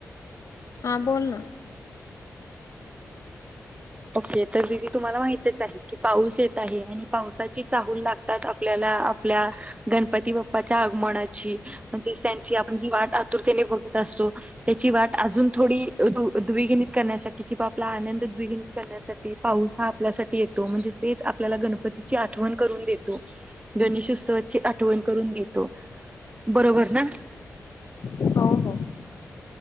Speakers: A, on the left; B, on the right.
A: हा बोल ना
B: ओके तर दीदी तुम्हाला माहितच आहे की पाऊस येत आहे आणि पावसाची चाहूल लागतात आपल्याला आपल्या गणपती बाप्पाच्या आगमनाची म्हणजेच त्यांची आपण जी‌ वाट आतुरतेने बग असो त्याची वाट अजून थोडी दू-द्विगुणित करण्यासाठी किंवा आपला आनंद दवि करण्यासाठी पाऊस हा आपल्यासाठी येतो म्हणजेच तेच आपल्याला गणपतीची आठवण करून देतो गणेश उत्सवाची आठवण करून देतो बरोबर ना
A: हो हो